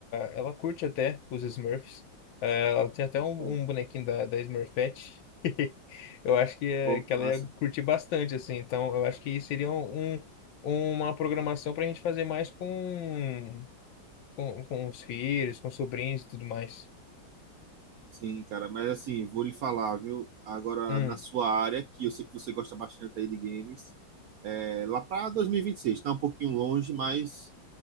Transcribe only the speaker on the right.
Pô,
pô,
que
massa.
Sim, cara, mas assim, vou lhe falar, viu? Agora,
na sua área, que eu sei que você gosta bastante aí de games, é, lá pra 2026, tá um pouquinho longe, mas